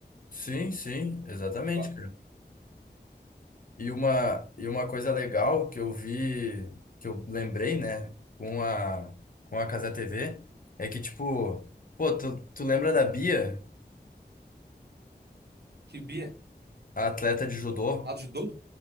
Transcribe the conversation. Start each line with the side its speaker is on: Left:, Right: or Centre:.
Left: Sim, sim, exatamente,
Right: Qua-
Left: E uma, e uma coisa legal que eu vi, que eu lembrei, né, com a, com a Casa TV, é que, tipo, pô, tu, tu lembra da Bia,
Right: Que Bia?
Left: a atleta de judô?
Right: Ajudou?